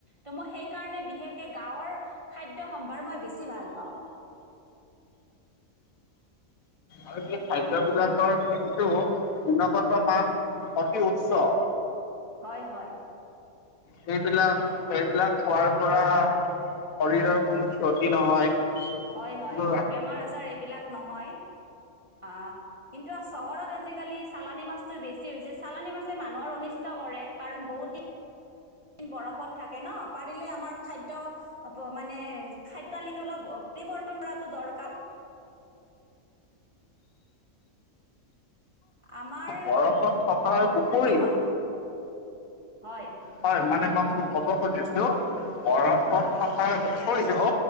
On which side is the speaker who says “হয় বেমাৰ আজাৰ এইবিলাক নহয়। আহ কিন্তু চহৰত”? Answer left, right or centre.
Right